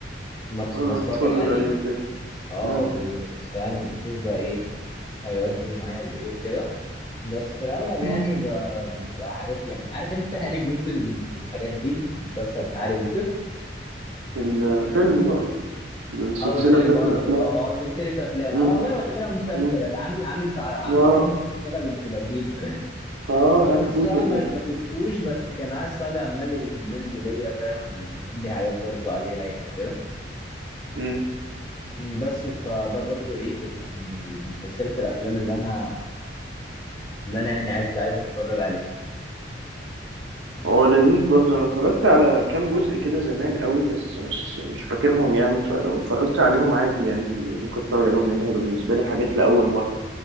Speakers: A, on the left; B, on the right.
A: ما ت-
B: اول
A: ما
B: ما
A: اتفرج
B: تتفرج
A: عليه
B: عليه وكده
A: اه
B: امم
A: بالظبط فاهم بشوف بقى ايه هيودي معايا بايه وكده بس في الاغلب يعني
B: مم.
A: ب... بتبقى حاجات يعني عارف انت هاري بوتر وال... والحاجات دي المسلسل بتاع هاري بوتر
B: الفيلم بقى السلسله
A: او الفيلم
B: بتاعت
A: قصدي
B: الافلام
A: اه آه، سلسله افلام
B: امم
A: انا والله ما اعتبرها مسلسل
B: امم
A: انا عامل عامل في ع-
B: اه
A: حرفين سلسله بنت لذينه
B: اه
A: هو
B: هاري
A: ده أنا الصراحه
B: بوتر
A: ما... ما شفتوش بس كان قاعد صاحبي عمال يريكومند ليا فاهم ويقول لي حاجات برضو عليه رايقه وكده
B: امم
A: مم، بس فده برضو ايه كنت من ال- من سلسلة الافلام اللي انا اللي انا يعني عايز عايز اتفرج عليها
B: هو لذيذ برضه انا اتفرجت على كام جزء كده زمان قوي بس مش مش فاكرهم يعني فلو اتفرجت عليهم عادي يعني ممكن اتفرج عليهم لان هو بالنسبه لي حاجات لاول مره